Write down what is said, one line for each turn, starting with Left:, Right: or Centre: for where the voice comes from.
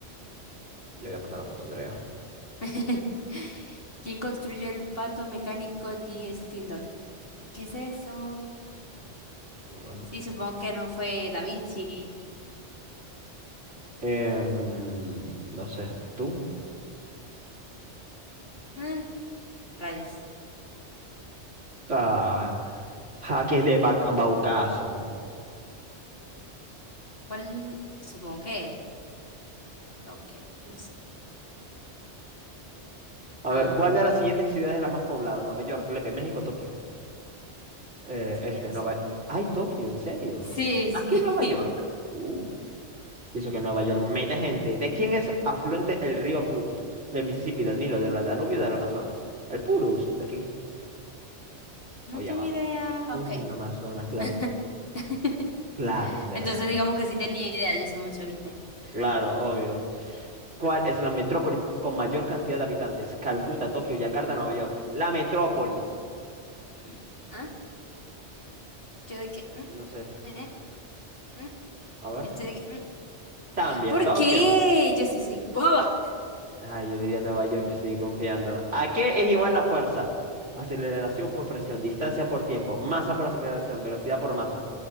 Right: Le voy a pasar la foto a Andrea.
Left: <laughs> ¿Quién construyó el pato mecánico de Steam Dog? ¿Qué es eso?
Right: Bueno.
Left: Sí, supongo que no fue Da Vinci.
Right: Em, no sé. ¿Tú?
Left: Eh, rayos.
Right: Ah, jaques de Ba- Baucaso.
Left: ¿Cuál? Supongo que Tokio, no sé.
Right: A
Left: Ah,
Right: ver, ¿cuál de las siguientes ciudades es la más poblada? Nueva York, Lepe, México, Tokio. Eh,
Left: sí,
Right: este,
Left: no
Right: Nueva...
Left: sé.
Right: ¡Ay, Tokio! ¿En serio?
Left: Sí,
Right: ¿Ah,
Left: sí.
Right: que Nueva York? Uh. Y eso que Nueva York mete gente. ¿De quién es afluente el río Purus? Del Mississippi, del Nilo, del Danubio, del Amazonas. El Purus, de aquí.
Left: <laughs> No
Right: O ya
Left: tengo
Right: va.
Left: idea.
Right: No,
Left: Ok.
Right: el Amazonas, claro.
Left: <laughs>
Right: Claro, es verdad.
Left: Entonces digamos que sí tenía idea, yo sé mucho, ¿viste?
Right: Claro, obvio. ¿Cuál es la metrópoli con mayor cantidad de habitantes? Calcuta, Tokio, Yakarta, Nueva York. La metrópoli.
Left: Mm, ¿Ah? Yo de que... mm,
Right: No sé.
Left: eh, mm,
Right: A ver.
Left: Estoy de que... mm.
Right: También,
Left: ¿Por
Right: Tokio.
Left: qué? Yo sí soy boba.
Right: Ay, yo le di a Nueva York, yo seguí confiando. ¿A qué es igual la fuerza? Aceleración por presión, distancia por tiempo, masa por aceleración, velocidad por masa.